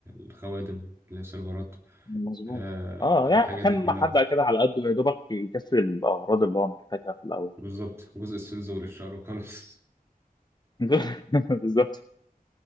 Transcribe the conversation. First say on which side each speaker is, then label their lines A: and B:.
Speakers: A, on the right; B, on the left.
A: الخوادم اللي هي السيرفرات
B: مظبوط
A: آه
B: اه يعني
A: الحاجات
B: مكان
A: دي كلها
B: محدق كده على قده يا دوبك يكفي الاغراض اللي هو محتاجها في الاول
A: بالظبط جزء السيلز والإشعار وخلاص
B: <laughs> بالظبط